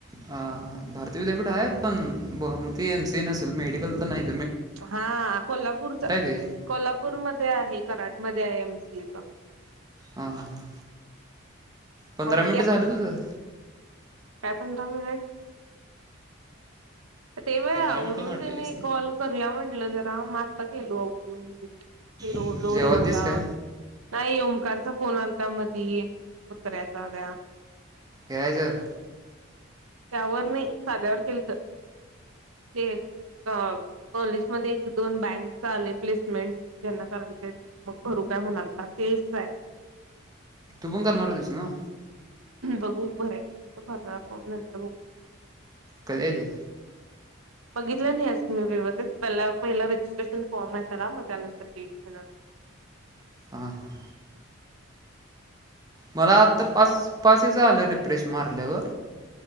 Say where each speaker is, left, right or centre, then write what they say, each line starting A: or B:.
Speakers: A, on the right; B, on the right.
A: अ भारतीय विद्यापीठ आहे पण बहूतेक एमसीए नसेल मेडिकल तेन नाहीत.
B: हा कोल्हापूरचा
A: ते
B: कोल्हापूरमध्ये आहे. कराडमध्ये आहे एमसीए च
A: हं पंधरा
B: और
A: मिनिट
B: क्या
A: झालं तुझं,
B: काय पंधरा मिनिट, तेव्हा
A: पंधरा
B: आवरून
A: मिनटं म्हटलेलीस
B: त्यांनी कॉल करूया म्हंटलं जरा मग आत्ता केलो आवरून, फिर ओडलोरी
A: नाही जेवालतीस
B: ओला
A: काय
B: नाही ओमकार फोन आलता मधी उतरायायचा काय
A: या जर
B: त्यावर नाही साध्यावर केलत ते, अ कॉलेज मध्ये एक दोन बँक्स आले प्लेसमेंट ज्यांना करायचंय मग भरू म्हणालता सेल्सस आहे.
A: तु पण करणार होतीस न्हव.
B: बघू भरायचं अस तर भरणार फॉर्म नंतर बघू,
A: कध द <inaudible>
B: <inaudible> बघितलं नाही अजून मी व्यवस्थित पहिला रजिस्ट्रेशन फॉर्म आहे त्याला मग त्यानंतर डेट <inaudible>
A: हा हा मला आता पाच पाच आलं रिप्रेश मारल्यावर,